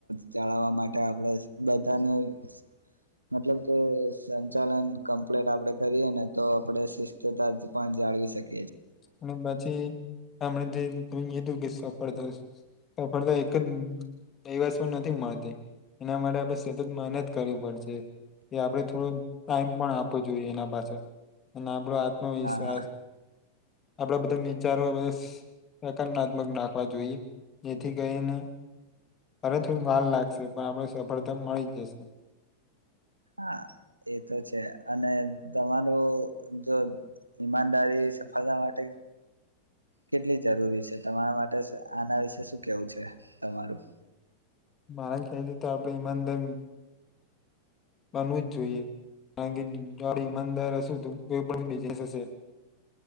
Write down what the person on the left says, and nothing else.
અને પછી હમણા તમે કીધું કે, સફર થ પડે તો એક. એ વસ્તુ નથી મળતી, એના માટે આપણે સતત મહેનત કરવી પડશે. એ આપડે થોડો ટાઈમ પણ આપવો જોઈએ, એના પાસે અને આપડો નો વિશ્વાસ
આપણા બધા વિચારો બધા. પ્રકારરનાત્મક નાખવા જોઈએ, જેથી કરીને. અરે થોડી વાર લાગશે, પણ આપડે સફળતાને મળી જશે.
મારા ખ્યા તો આપડે ઈમાનદમ. બનવું જ જોઈએ. કારણ કે જોડે ઈમાનદાર હશું, તો કોઈ પણ બિઝનેસ હશે વિષય.